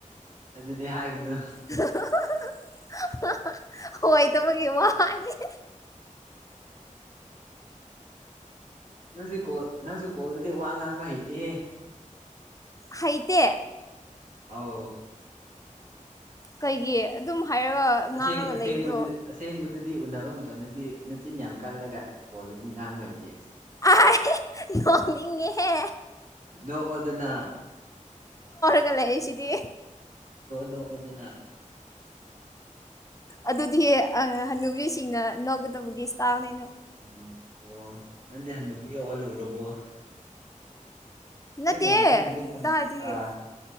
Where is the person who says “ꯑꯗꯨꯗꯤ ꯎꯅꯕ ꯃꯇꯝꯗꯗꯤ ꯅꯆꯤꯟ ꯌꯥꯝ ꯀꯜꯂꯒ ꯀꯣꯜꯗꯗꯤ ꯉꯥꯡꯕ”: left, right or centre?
Right